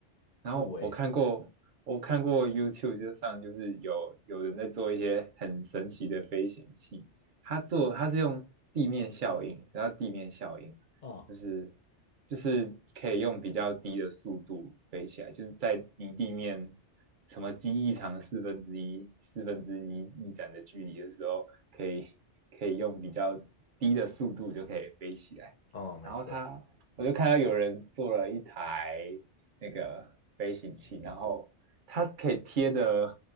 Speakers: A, on the right; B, on the left.
A: 然后我看过，
B: 酷诶，
A: 我看过 YouTube 就上就是有有人在做一些很神奇的飞行器，他做他是用地面效应，然后地面效应
B: 嗯，
A: 就是就是可以用比较低的速度飞起来，就是在离地面什么机翼长四分之一四分之一翼展的距离的时候，可以可以用比较低的速度就可以飞起来。
B: 哦，没错，
A: 然后它我就看到有人做了一台那个飞行器，然后它可以贴着